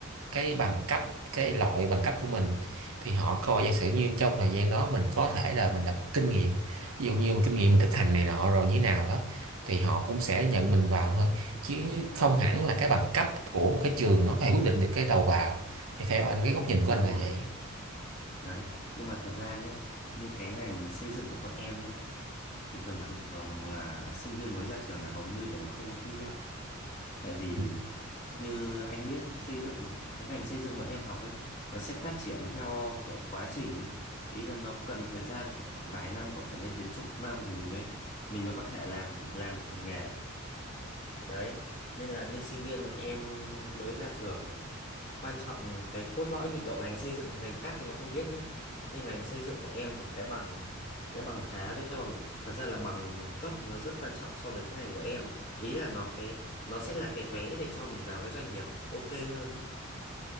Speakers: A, on the right; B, on the left.
A: cái bằng cấp cái loại bằng cấp của mình thì họ coi giả sử như trong thời gian đó mình có thể là mình đã có kinh nghiệm ví dụ như mình kinh nghiệm mình thực hành này nọ rồi như thế nào đó thì họ cũng sẽ nhận mình vào hơn chứ không hẳn là cái bằng cấp của một cái trường nó có thể quyết định được cái đầu vào thì theo anh cái góc nhìn của
B: đúng
A: anh là
B: rồi.
A: vậy
B: Đấy, nhưng mà thật ra nhé, như cái ngành xây dựng của bọn em nhé, thì thường thường là sinh viên mới ra trường là hầu như đều không có kinh nghiệm. Tại vì
A: Ừ.
B: như anh biết nhá, xây dựng, cái ngành xây dựng bọn em học ấy, nó sẽ phát triển theo kiểu quá trình ấy. Ý là nó cần thời gian phải khoảng vài năm, có thể lên đến chục năm thì mình mới mình mới có thể làm làm được thành nghề. Đấy, nên là như sinh viên bọn em mới ra trường này, quan trọng cái cốt lõi như kiểu ngành xây dựng ngành khác thì em không biết nhé nhưng ngành xây dựng của em thì cái bằng cái bằng khá với cái bằng thật ra là bằng cấp nó rất quan trọng so với cái ngành của em ý là nó cái nó sẽ là cái vé để cho mình vào cái doanh nghiệp ok hơn ấy